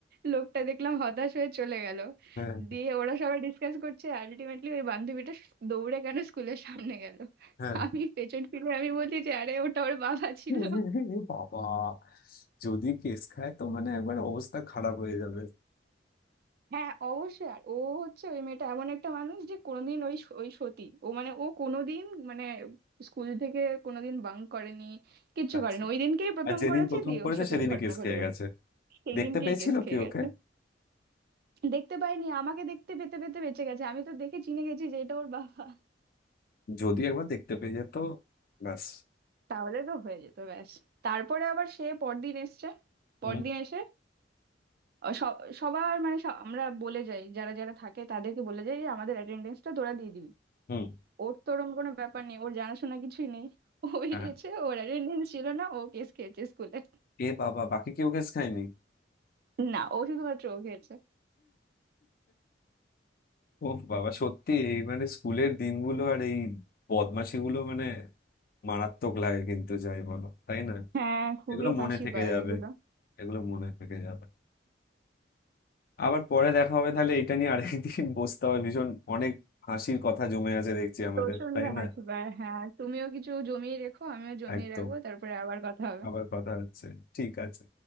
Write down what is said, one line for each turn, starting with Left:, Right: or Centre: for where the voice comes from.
Right: লোকটা দেখলাম হতাশ হয়ে চলে গেল
Left: হ্যাঁ
Right: দিয়ে ওরা সবাই ডিসকাস করছে আলটিমেটলি ওই বান্ধবীটা দৌড়ে কেন স্কুলের সামনে গেল
Left: হ্যাঁ
Right: আমি পেছন ফিরে আমি বলি যে আরে ওটা ওর বাবা ছিল
Left: এ বাবা যদি কেস খায় তো মানে একবার অবস্থা খারাপ হয়ে যাবে
Right: হ্যাঁ অবশ্যই আর ও হচ্ছে ওই মেয়েটা এমন একটা মানুষ যে কোনোদিন ওই স- ওই সতী ও মানে ও কোনোদিন মানে স্কুল থেকে কোনোদিন বাঙ্ক করেনি কিচ্ছু
Left: রাখছি
Right: করেনি ওই দিনকেই প্রথম
Left: আর যেদিন
Right: করেছে
Left: প্রথম
Right: দিয়ে
Left: করেছে
Right: ওর সাথে
Left: সেদিনই
Right: ওই ঘটনা
Left: কেস
Right: ঘটে
Left: খেয়ে
Right: গেছে
Left: গেছে
Right: সেই
Left: দেখতে
Right: দিনকেই
Left: পেয়েছিল
Right: কেস খেয়ে
Left: কি
Right: গেছে
Left: ওকে
Right: দেখতে পাইনি আমাকে দেখতে পেতে পেতে বেঁচে গেছে আমি তো দেখে চিনে গেছি যে এটা ওর বাবা
Left: যদি একবার দেখতে পেয়ে যেত ব্যাস
Right: তাহলে তো হয়ে যেত ব্যাস তারপরে আবার সে পরদিন এসছে পরদিন
Left: হুম
Right: এসে অ, স- সবার মানে স- আমরা বলে যাই যারা যারা থাকে তাদেরকে বলে যাই যে আমাদের অ্যাটেন্ডেন্সটা তোরা দিয়ে দিবি
Left: হুম
Right: ওর তো ওরকম কোনো ব্যাপার নেই ওর জানাশোনা কিছুই নেই ও বেরিয়েছে
Left: হ্যাঁ।
Right: ওর অ্যাটেন্ডেন্স ছিল না ও কেস খেয়েছে স্কুলে
Left: এ বাবা বাকি কেউ কেস খায়নি
Right: না ও শুধুমাত্র ও খেয়েছে
Left: ও বাবা সত্যি এই মানে স্কুলের দিনগুলো আর এই বদমাশিগুলো মানে মারাত্মক লাগে কিন্তু যাই বলো তাই না
Right: হ্যাঁ খুবই
Left: এগুলো
Right: হাসি
Left: মনে থেকে
Right: পায়
Left: যাবে
Right: এগুলো
Left: এগুলো মনে থেকে যাবে আবার পরে দেখা হবে তাহলে এটা নিয়ে আরেকদিন বসতে হবে ভীষণ অনেক হাসির কথা জমে আছে দেখছি আমাদের
Right: প্রচন্ড
Left: তাই না
Right: হাসি পায় হ্যাঁ তুমিও কিছু জমিয়ে রেখো আমিও জমিয়ে
Left: একদম
Right: রাখবো তারপরে আবার কথা হবে
Left: আবার কথা হচ্ছে ঠিক আছে